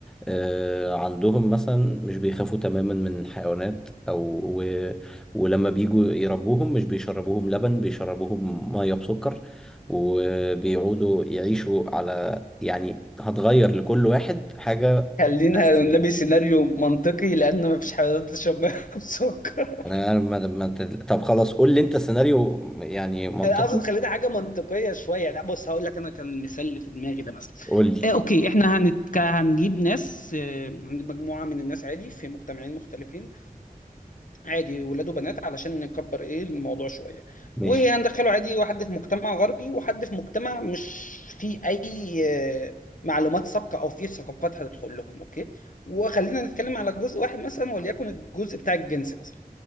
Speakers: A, in the centre; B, on the left.
A: آه، عندهم مثلا مش بيخافوا تماما من الحيوانات او و... ولما بيجوا يربوهم مش بيشربوهم لبن بيشربوهم ميه بسكر وبيقعدوا يعيشوا على يعني هتغير لكل واحد حاجه
B: خلينا
A: اساسيه
B: نبي سيناريو منطقي لان مفيش حد تشرب ميه بسكر
A: انا
B: <laughs>
A: أنا ما... ما... أنت- طب خلاص قول لي انت سيناريو يعني منطقي
B: أنا اقصد خلينا حاجه منطقيه شويه يعني بص هقول لك انا كان المثال اللي في دماغي ده مثلا
A: قول لي
B: آه اوكي احنا هنتك... هنجيب ناس آه هنجيب مجموعه من الناس عادي في مجتمعين مختلفين عادي ولاد وبنات علشان نكبر ايه الموضوع شويه
A: ماشي
B: وهندخله عادي واحد في مجتمع غربي وحد في مجتمع مش فيه اي آه، معلومات سابقه او فيه ثقافات هتدخل لهم اوكي وخلينا نتكلم على جزء واحد مثلا وليكن الجزء بتاع الجنس مثلا